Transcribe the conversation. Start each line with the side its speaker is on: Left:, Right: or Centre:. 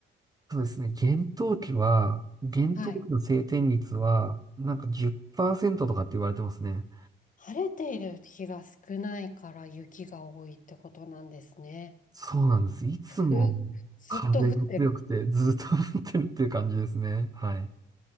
Right: そうですね。厳冬期は、厳冬期の晴天率は、
Left: はい。
Right: なんか10%とかって言われてますね。
Left: 晴れている日が少ないから雪が多いってことなんですね。
Right: そうなんです。いつも
Left: ふ、ずっと降ってるっていう。
Right: 風が強くてずっと降ってるっていう感じですね。はい。